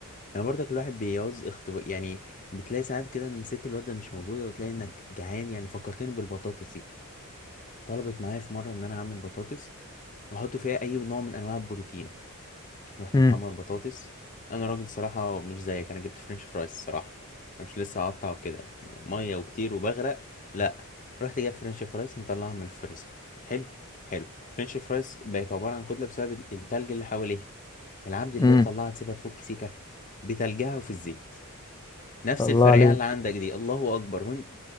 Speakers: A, on the left; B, on the left.
A: يعني برضك الواحد بيعوز اختبار يعني بتلاقي ساعات كده ان ست الواد ده مش موجودة وتلاقي انك جعان يعني فكرتني بالبطاطس دي طلبت معايا في مرة ان انا اعمل بطاطس واحط فيها اي نوع من انواع البروتين رحت
B: امم
A: محمر بطاطس انا راجل صراحه مش زيك انا جبت فرنش فرايز الصراحه انا مش لسه هقطع وكده ميه وكتير وبغرق لا رحت جايب فرنش فرايز مطلعها من الفريزر حلو حلو فرنش فرايز بقت عباره عن كتله بسبب ال- التلج اللي حواليها العبد الله
B: امم
A: يطلعها تسيبها تفك سيكه بتلجها وفي الزيت نفس
B: <laughs> الله
A: الفرقعه
B: عليك
A: اللي عندك دي الله اكبر هون